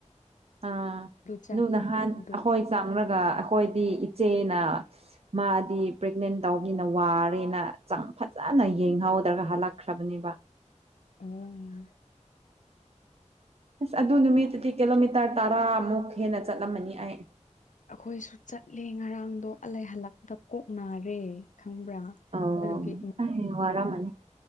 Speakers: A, on the right; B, on the left.
A: ꯑ
B: ꯆꯪꯉꯦ
A: ꯑꯗꯨ ꯅꯍꯥꯟ
B: ꯑꯗꯨ
A: ꯑꯩꯈꯣꯏ ꯆꯪꯪꯂꯒ ꯑꯩꯈꯣꯏꯗꯤ ꯏꯆꯦꯅ ꯃꯥꯗꯤ ꯄ꯭ꯔꯦꯒꯅꯦꯟ ꯇꯧꯕꯅꯤꯅ ꯋꯥꯔꯦꯅ ꯍꯛꯆꯥꯡ ꯐꯖꯅ ꯌꯦꯡꯍꯧꯗ꯭ꯔꯒ ꯍꯜꯂꯛꯈ꯭ꯔꯕꯅꯦꯕ
B: ꯑꯣ
A: ꯑꯁ ꯑꯗꯨ ꯅꯨꯃꯤꯠꯇꯨꯗꯤ ꯀꯤꯂꯣꯃꯤꯇꯔ ꯇꯔꯥꯃꯨꯛ ꯍꯦꯟꯅ ꯆꯠꯂꯝꯃꯅꯤ ꯑꯩ
B: ꯑꯩꯈꯣꯏꯁꯨ ꯆꯠꯂꯦ ꯉꯔꯥꯡꯗꯣ ꯑꯂꯩ ꯍꯜꯂꯛꯄꯗ ꯀꯣꯛ ꯅꯔꯦ ꯈꯪꯕ꯭ꯔꯥ
A: ꯑꯣ
B: ꯑꯗꯨꯒꯤ
A: ꯑꯦ ꯋꯥꯔꯝꯃꯅꯤ